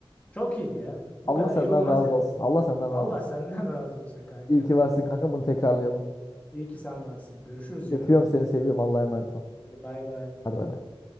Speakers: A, on the left (about 15°); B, on the left (about 35°).
A: Çok iyiydi ya. Bu
B: Allah
A: kadar
B: senden
A: iyi olmaz
B: razı
A: yani.
B: olsun. Allah senden
A: Allah
B: razı olsun.
A: senden <laughs> razı olsun kanka.
B: İyi ki varsın kanka bunu tekrarlayalım.
A: İyi ki sen varsın. Görüşürüz canım
B: Öpüyorum
A: benim.
B: seni seviyorum Allah'a emanet ol.
A: Hadi bay bay.
B: Hadi bay bay.